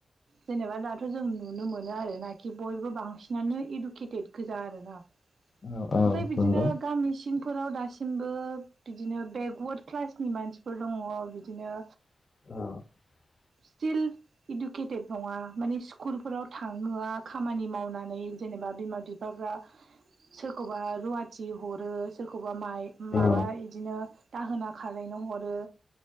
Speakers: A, on the right; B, on the left.
A: जेनेबा दाथ' जों नुनो मोनो आरो नाखि बयबो बांसिनानो इडुकेटेड गोजा आरोना
B: औ औ
A: ओमफ्राय बिदिनो
B: नंगौ।
A: गामि सिंफोराव दासिमबो बिदिनो बेकवार्ड क्लासनि मानसिफोर दङ बिदिनो
B: <inaudible>
A: स्टिल इदुकेटेट नङा माने स्कुलफोराव थाङोआ खामानि मावनानै जेनेबा बिमा बिफाफ्रा सोरखौबा रुवाथि हरो सोरखौ बा माइ
B: औ
A: माबा इदिनो दाहोना खालायनो हरो